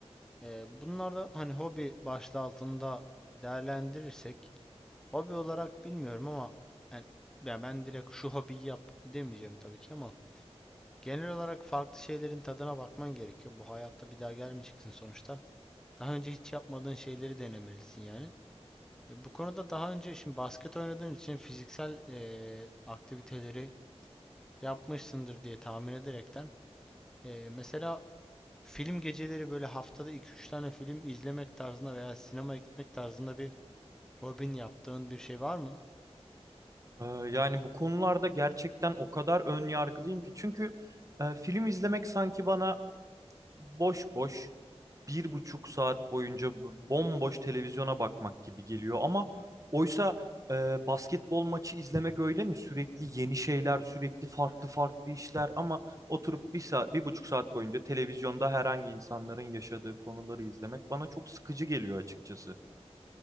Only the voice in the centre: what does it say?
Eee bunlar da hani hobi başlığı altında değerlendirirsek, hobi olarak bilmiyorum ama yani, yani ben direkt şu hobiyi yap demeyeceğim tabii ki ama genel olarak farklı şeylerin tadına bakman gerekiyor. Bu hayatta bir daha gelmeyeceksin sonuçta. Daha önce hiç yapmadığın şeyleri denemelisin yani. E, Bu konuda daha önce şimdi basket oynadığın için fiziksel e, aktiviteleri yapmışsındır diye tahmin ederekten e, mesela film geceleri böyle haftada iki üç tane film izlemek tarzında veya sinemaya gitmek tarzında bir hobin yaptığın bir şey var mı?